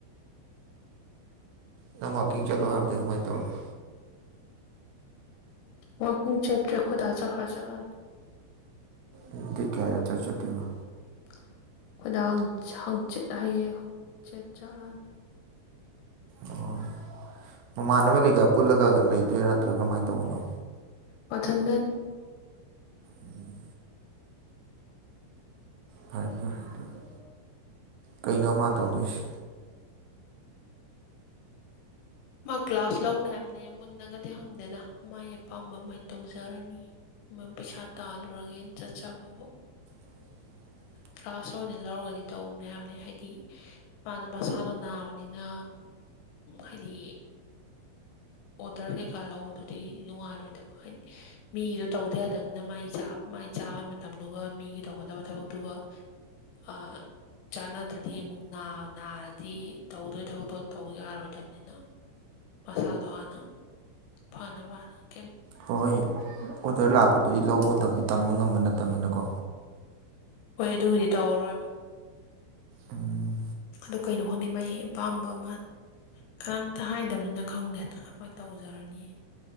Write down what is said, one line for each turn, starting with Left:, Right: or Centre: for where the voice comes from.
Right: ꯅꯪ ꯋꯥꯛꯀꯤꯡ ꯆꯠꯂꯣ ꯍꯥꯏꯕꯗꯤ ꯀꯃꯥꯏꯅ ꯇꯧꯔꯕ
Left: ꯋꯥꯀꯤꯡ ꯆꯠꯇ꯭ꯔꯦ ꯈꯨꯗꯥ ꯆꯠꯈ꯭ꯔ ꯆꯠꯂꯅꯤ
Right: ꯎꯝ ꯗꯦꯠ ꯀꯌꯥ <unintelligible> ꯆꯠꯇꯣꯏꯕꯥ
Left: ꯑꯩꯈꯣꯏ ꯗꯥ ꯍꯪꯆꯥ ꯍꯪꯆꯤꯠ ꯍꯩꯌꯦꯡ ꯍꯥꯡꯆꯤꯠ ꯆꯠꯂꯥꯟ
Right: ꯑꯣ ꯃꯃꯥꯟꯅꯕ ꯀꯩꯀꯥ ꯄꯨꯜꯂꯒ ꯂꯩꯗꯨꯏꯔꯥ ꯅꯠꯇ꯭ꯔꯥ ꯀꯃꯥꯏꯅ ꯇꯧꯕꯅꯣ
Left: ꯃꯊꯟꯗꯟ
Right: ꯎꯝ ꯐꯔꯦ ꯐꯔꯦ ꯑꯗꯨꯗ ꯀꯩꯅꯣ ꯃꯥꯅ ꯇꯧꯗꯣꯏꯁꯤ
Left: ꯃꯥ ꯀ꯭ꯂꯥꯁ ꯂꯧꯅꯤ ꯍꯥꯏꯕꯅꯦ ꯃꯨꯟꯅꯒꯗꯤ ꯍꯪꯗꯦꯗ ꯃꯥꯥꯏ ꯑꯄꯥꯝꯕ ꯃꯥꯏꯟ ꯇꯧꯖꯔꯅꯤ ꯄꯩꯁꯥ ꯇꯥꯜꯂꯨꯔꯒꯦꯅ ꯆꯠꯆꯕꯕꯨ
Right: <inaudible>
Left: ꯀ꯭ꯂꯥꯁ ꯑꯣꯏꯅ ꯂꯧꯔꯒꯗꯤ ꯇꯧꯅꯤ ꯍꯥꯏꯕꯅꯦ ꯍꯥꯏꯗꯤ ꯄꯥꯗꯣ ꯃꯁꯥꯗꯣ ꯅꯥꯕꯅꯤꯅ ꯍꯥꯏꯗꯤ ꯑꯣꯗꯔ ꯀꯩꯀꯥ ꯂꯗꯨꯗꯤ ꯅꯨꯡꯉꯥꯏꯔꯣꯏꯗꯕ ꯍꯥꯏꯗꯤ ꯃꯤꯒꯤꯗꯣ ꯇꯧꯗ ꯌꯥꯗꯕꯅꯤꯅ ꯃꯥꯏ ꯃꯥꯏ ꯆꯥꯕ ꯃꯇꯝꯗꯨꯒ ꯃꯤꯒꯤ ꯇꯧꯒꯗꯕ ꯊꯕꯛꯇꯨꯒ ꯑꯥ ꯆꯥꯟꯅꯗ꯭ꯔꯗꯤ ꯑꯃꯨꯛ ꯅꯥꯔꯗꯤ ꯇꯧꯗꯣꯏ ꯊꯕꯛꯇꯣ ꯇꯧ ꯌꯥꯔꯣꯏꯗꯕꯅꯤꯅ ꯃꯁꯥ ꯐꯅ ꯐꯅ ꯐꯥꯟꯅ
Right: ꯍꯣꯏꯣꯏ ꯑꯣꯗꯔ ꯂꯥꯛꯄꯗꯨꯗꯤ ꯂꯧꯕ ꯃꯇꯝꯗ ꯇꯝꯕ ꯉꯝꯕ ꯅꯠꯇꯕꯅꯤꯅꯀꯣ
Left: ꯍꯣꯏ ꯑꯗꯨꯕꯨꯗꯤ ꯇꯧꯔꯔꯣꯏꯕ
Right: ꯎꯝ
Left: ꯑꯣ ꯀꯩꯅꯣ ꯍꯣꯠꯅꯩ ꯃꯥꯥꯏ ꯑꯄꯥꯝꯕ ꯑꯃ ꯀꯔꯝꯇ ꯍꯥꯏꯗꯕꯅꯤꯅ ꯈꯪꯗꯦ ꯀꯔꯃꯥꯏꯅ ꯇꯧꯖꯔꯅꯤ